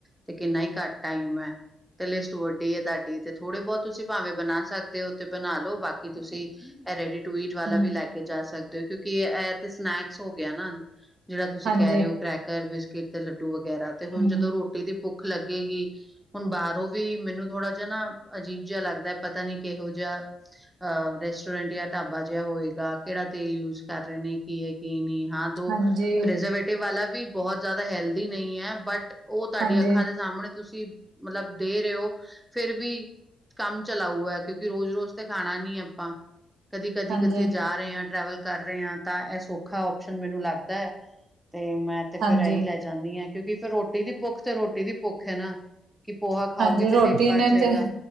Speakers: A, in the centre; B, on the right.
A: ਤੇ ਕਿੰਨਾ ਈ ਘਟ ਟਾਈਮ ਹੈ। ਤੇ ਲਿਸਟ ਵੱਡੀ ੲ ਤਾਡੀ। ਤੇ ਥੋੜੇ ਬੋਤ ਤੁਸੀਂ ਪਾਵੇਂ ਬਣਾ ਸਕਦੇ ਹੋ, ਤੇ ਬਣਾ ਲੋ। ਬਾਕੀ ਤੁਸੀਂ ਅ ਰੇਡੀ-ਟੂ-ਈਟ ਵਾਲਾ
B: ਹੂੰ,
A: ਵੀ ਲੈ ਕੇ ਜਾ ਸਕਦੇ ਔ, ਕਿਉਂਕਿ ਅ ਤੇ ਸਨੈਕਸ ਹੋ ਗਿਆ ਨਾ। ਜਿਹੜਾ ਤੁਸੀਂ
B: ਹਾਂਜੀ,
A: ਕੈ ਰੇ ਔ, ਕ੍ਰੈਕਰ ਬਿਸਕਿਟ ਤੇ ਲੱਡੂ ਵਗੈਰਾ। ਤੇ ਹੁਣ,
B: ਹੂੰ,
A: ਜਦੋਂ ਰੋਟੀ ਦੀ ਭੁੱਖ ਲੱਗੇਗੀ ਹੁਣ ਬਾਰੋਂ ਵੀ ਮੈਨੂੰ ਥੋੜ੍ਹਾ ਜਾ ਨਾ, ਅਜੀਬ ਜੇਆ ਲੱਗਦਾ, ਪਤਾ ਨੀ ਕੇਹੋ ਜੇਆ। ਅ ਰੈਸਟੋਰੈਂਟ ਜਾਂ ਟਾਬਾ ਜੇਆ ਹੋਏ। ਕਿਹੜਾ ਤੇਲ ਯੂਸ ਕਰ ਰੇ ਨੇ, ਕੀ ਏ, ਕੀ ਨੀ? ਹਾਂ ਦੋ
B: ਹਾਂਜੀ,
A: ਪ੍ਰ ਟੇ ਵਾਲਾ ਵੀ ਬੋਤ ਜ਼ਾਦਾ ਹੈਲਦੀ ਨਈ ਅ, ਬਟ ਔ ਤੁਹਾਡੀ
B: ਹਾਂਜੀ,
A: ਅੱਖਾਂ ਦੇ ਸਾਮਣੇ ਤੁਸੀਂ ਮਤਲਬ ਦੇ ਰੇ ਔ, ਫਿਰ ਵੀ ਕੰਮ-ਚਲਾਊ ਅ, ਕਿਉਂਕਿ ਰੋਜ਼-ਰੋਜ਼ ਤੇ ਖਾਣਾ ਨੀ ਆਪਾਂ, ਕਦੀ-ਕਦੀ
B: ਹਾਂਜੀ,
A: ਉੱਥੇ ਜਾ ਰੇ ਆ, ਟਰੈਵਲ ਕਰ ਰੇ ਆ, ਤਾਂ ਅ ਸੌਖਾ ਔਪਸ਼ਨ ਮੈਨੂੰ ਲੱਗਦਾ ਅ। ਤੇ ਮੈਂ ਤੇ
B: ਹਾਂਜੀ।
A: ਫੇਰ ਅਈ ਲੈ ਜਾਨੀ ਅ, ਕਿਉਂਕਿ ਫਿਰ ਰੋਟੀ ਦੀ ਭੁੱਖ ਤੇ ਰੋਟੀ ਦੀ ਭੁੱਖ ਹੈ ਨਾ। ਕਿ ਪੋਹਾ ਖਾਓਗੇ
B: ਹਾਂਜੀ,
A: ਤੇ
B: ਰੋਟੀ
A: ਟਿਡ ਪਰ
B: ਨੇ
A: ਜੇਗਾ।
B: ਤੇ